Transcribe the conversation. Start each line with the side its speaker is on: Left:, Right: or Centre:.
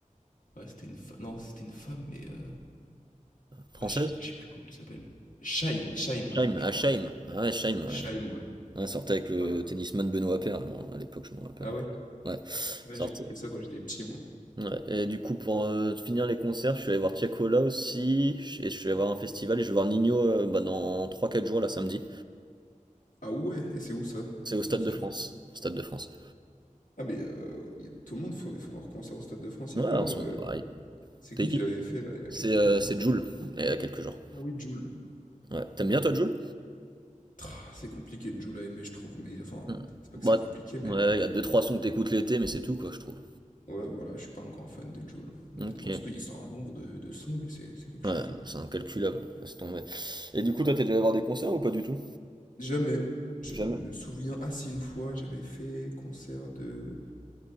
Left: Ouais, c'était une femme. Non, c'était une femme, mais... euh,
Right: française?
Left: Ah, je sais je sais plus comment elle s'appelle. Shaim, Shaima
Right: Scheim,
Left: je
Right: ah,
Left: crois.
Right: Scheim. Ah ouais, Scheim, ouais.
Left: Shaim, ouais.
Right: Ouais, sortait avec le
Left: Voilà.
Right: tennisman Benoît Paire, moi, à l'époque, je me rappelle
Left: Ah
Right: en
Left: ouais?
Right: plus. Ouais,
Left: Ouais,
Right: sortait.
Left: j'écoutais ça quand j'étais petit, moi.
Right: Ouais, et du coup, pour euh, finir les concerts, je suis allé voir Tiakola aussi, et je suis allé voir un festival, et je vais voir Nino euh, bah, dans trois quatre jours, là, samedi.
Left: Ah ouais? Et c'est où ça,
Right: C'est au
Left: le
Right: Stade
Left: concert?
Right: de France. Au Stade de France.
Left: Ah mais, heu, y tout le monde font font leur concert au Stade de France,
Right: Ouais,
Left: y a pas,
Right: en
Left: heu,
Right: ce moment, pareil.
Left: c'est
Right: T'es
Left: qui qui
Right: qui
Left: l'avait fait là, il y a
Right: C'est
Left: quelques
Right: euh,
Left: jours là?
Right: c'est Jules, il y a quelques jours.
Left: Ah oui, Jul.
Right: Ouais. T'aimes bien, toi, Jules
Left: Ah c'est compliqué de Jul à aimer je trouve, mais enfin,
Right: Hmm.
Left: c'est pas
Right: Ouais,
Left: que c'est compliqué mais
Right: Ouais, il y a deux trois sons que t'écoutes l'été, mais c'est tout, quoi, je trouve.
Left: ouais voilà, je suis pas un grand fan de Jul,
Right: Ok.
Left: honnêtement. Surtout il sort un nombre de de sons lui, c'est c'est quelque
Right: Ouais,
Left: chose, hein.
Right: c'est incalculable, laisse tomber. Et du coup, toi, t'es déjà allé voir des concerts ou pas du tout?
Left: Jamais, je
Right: Jamais.
Left: me souviens ah si, une fois j'avais fait concert de